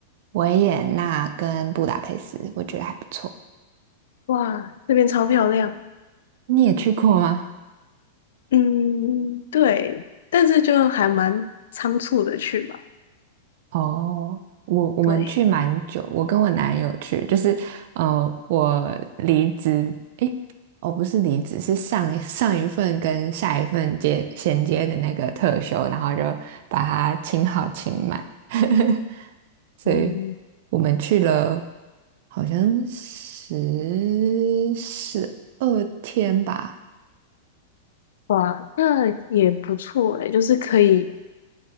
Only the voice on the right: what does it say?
维也纳跟布达佩斯，我觉得还不错。
你也去过吗？
哦，我我们去蛮久，
我跟我男友去，就是呃，我离职，诶，哦，不是离职，是上上一份跟下一份接衔接的那个特休，然后就把它请好请满。<laughs> 所以我们去了
好像十十二天吧，